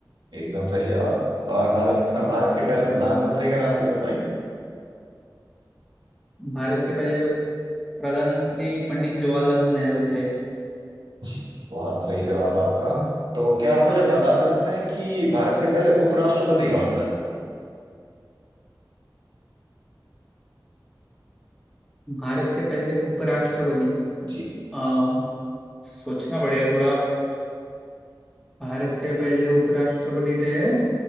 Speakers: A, on the right; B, in the centre.
A: एकदम सही जवाब और भारत भारत के पहले
B: हम्म,
A: प्रधानमंत्री का नाम भी बताइए
B: भारत के पहले प्रधानमंत्री पंडित जवाहरलाल नेहरू थे
A: जी बहुत सही जवाब आपका तो क्या आप मुझे बता सकते हैं कि भारत के पहले उपराष्ट्रपति कौन था
B: भारत के पहले उपराष्ट्रपति
A: जी
B: अ, सोचना पड़ेगा थोड़ा भारत के पहले उपराष्ट्रपति थे